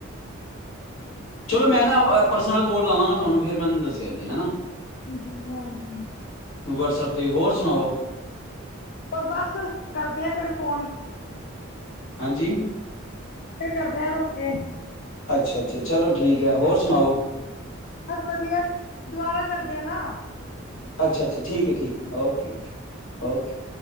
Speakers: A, on the left; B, on the left.
A: ਚਲੋ ਮੈਂ ਨਾ ਪਰਸਨਲ ਕੋਲ ਲਾਵਾਂਗਾ ਤੁਹਾਨੂੰ ਫਿਰ ਮੈਨੂੰ ਦੱਸਿਆ ਜੇ ਹੈਨਾ।
B: ਹਾਂਜੀ-ਹਾਂਜੀ
A: ਵਟਸਐਪ ਤੇ ਹੋਰ ਸੁਣਾਓ।
B: ਹੋਰ ਬਸ ਕਰਦੇ ਆ ਫੇਰ ਫੋਨ।
A: ਹਾਂਜੀ
B: ਫੇਰ ਕਰਦੇ ਆ ਰੁਕ ਕੇ।
A: ਅੱਛਾ ਅੱਛਾ ਚਲੋ ਠੀਕ ਹੈ ਹੋਰ ਸੁਣਾਓ।
B: ਬਸ ਵਧੀਆ ਦੁਬਾਰਾ ਕਰਦੇ ਆ ਨਾ।
A: ਅੱਛਾ-ਅੱਛਾ ਠੀਕ ਹੈ, ਠੀਕ ਓਕੇ-ਓਕੇ। ਓਕੇ।